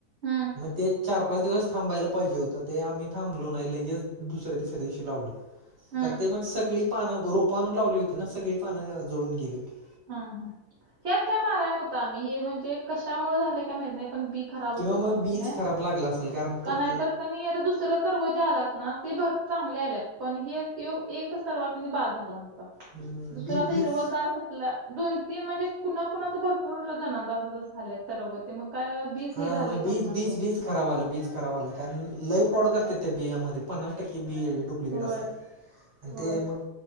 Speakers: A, on the right (about 55°); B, on the right (about 35°).
A: हम्म
B: मग ते चार पाच दिवस थांबायला पाहिजे होतं ते आम्ही थांबलो नाही लगेच दुसऱ्या, तिसऱ्या दिवशी लावलं.
A: हम्म
B: तर ते मग सगळी पानं रोप आणून लावली होती ना सगळी पानं जळून गेली होती.
A: हा हा त्यातत काय माराय नव्हता आम्ही हे म्हणजे कशामुळे झाले काय माहित नाही पण बी खराब होतो
B: किंवा
A: का
B: मग
A: महित
B: बीच
A: नाय
B: खराब लागला असेल कारण
A: का
B: प-
A: नाही तर आता दुसर तरर्व जे आलात ना ते भर चांगले आल्यात पण हे ह्यो एकच सर्वा कनी बाद झाला आमचा
B: हम्म,
A: दुसऱ्यात
B: बी बीज
A: हिरगार ला दोन तीन म्हणजे कुणा कुणाच भरपूर जणां अस झाल्यात सर्व ते मग काय बीज
B: हा
A: हे झाले
B: मग
A: का
B: बीज
A: कुणाचं
B: बीज बीज खराब आल बीच खराब आला कारण लई फ्रॉड करत्यात त्या बियामध्ये पन्नास टक्के बी डुप्लिकेट
A: होय
B: असते आणि
A: होय
B: ते मग